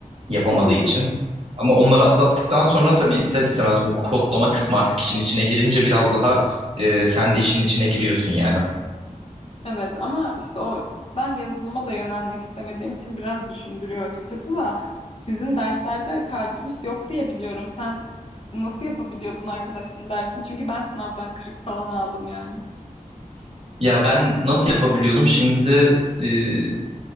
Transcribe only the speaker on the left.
hı.
Evet ama işte o ben yazılıma da yönelmek istemediğim için biraz düşündürüyor açıkçası da sizin derslerde kalkülüs yok diye biliyorum. Sen nasıl yapabiliyordun arkadaşın dersini? Çünkü ben sınavdan kırık falan aldım yani.